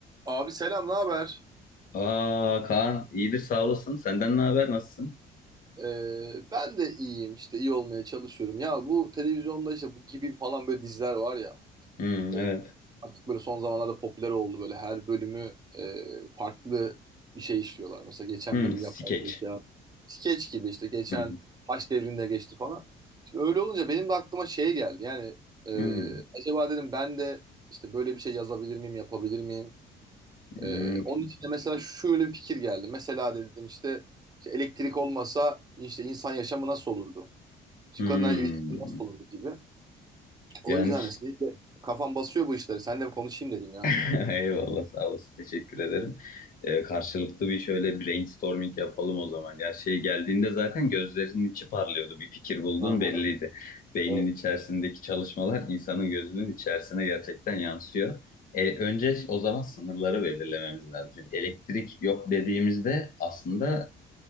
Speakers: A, on the right; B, on the left.
A: Abi selam, ne haber?
B: Aa Kaan iyidir sağ olasın. Senden ne haber? Nasılsın?
A: Ee, ben de iyiyim işte iyi olmaya çalışıyorum. Ya bu televizyonda işte bu gibi falan böyle diziler var ya.
B: Hmm,
A: e,
B: evet.
A: artık böyle son zamanlarda popüler oldu böyle her bölümü e, farklı bir şey işliyorlar. Mesela geçen
B: Hmm,
A: bölüm
B: skeç.
A: yapay zeka, skeç gibi işte geçen
B: Hmm,
A: Haç devrinde geçti falan. Şimdi öyle olunca benim de aklıma şey geldi. Yani e,
B: hmm,
A: acaba dedim ben de işte böyle bir şey yazabilir miyim, yapabilir miyim?
B: hmm,
A: Ee, onun için de mesela şöyle bir fikir geldi. Mesela dedim işte, işte elektrik olmasa işte insan yaşamı nasıl olurdu? İşte
B: hmm.
A: kadınlar ilişkisi nasıl olurdu gibi. O
B: Yani
A: yüzden
B: ş-
A: de siz de kafam basıyor bu işleri. Seninle bir konuşayım dedim ya.
B: <laughs> eyvallah sağ olasın. Teşekkür ederim. Ee, karşılıklı bir şöyle brainstorming yapalım o zaman. Ya şey geldiğinde zaten gözlerinin içi parlıyordu. Bir fikir bulduğun
A: Aha,
B: belliydi. Beynin
A: evet.
B: içerisindeki çalışmalar insanın gözünün içerisine gerçekten yansıyor. E, önce o zaman sınırları belirlememiz lazım. Elektrik yok dediğimizde aslında